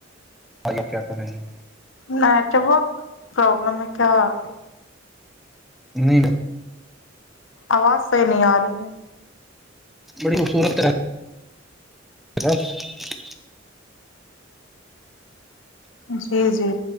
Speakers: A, in the centre; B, on the left (about 75°).
A: ب کیا کریں گے <unintelligible>
B: نیٹورک پرابلم ہے کیا-
A: نہیں ب-
B: آواز صحی نہیں آ رہی ہے-
A: بڑی خبصورت رہ- سس <unintelligible>
B: جی- جی